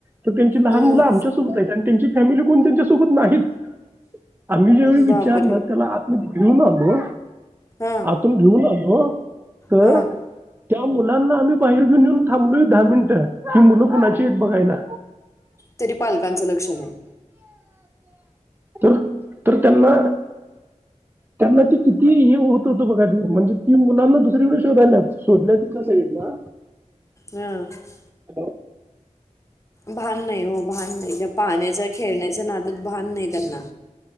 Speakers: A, on the right; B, on the left.
A: तर त्यांची लहान
B: हम्म.
A: मुलं आमच्यासोबत आहेत आणि त्यांची फॅमिली कोण त्यांच्यासोबत नाहीत. आम्ही जेवेेळी विचारण
B: बापरे
A: त्याला आत मध्ये घेऊ न हो,
B: हां
A: आतून घेऊन, हो तर
B: हां
A: त्या मुलांना आम्ही बाहेर घऊन येऊन थांबलोय दहा मिनिटं, ही मुलं कुणाची आहेत बघायला.
B: तरी पालकांचं लक्षण नाही.
A: तर तर त्यांना, त्यांना ती किती हे होत होत बघा त म्हणजे तीन मुलांना दुसरीकडे शोधायला जायच, शोधल्या ती कसं येईल ना.
B: हां
A: हलो,
B: भान नाही हो भान नाही जब. पाण्याच्या खेळण्याच्या नादत भान नाही त्यांना.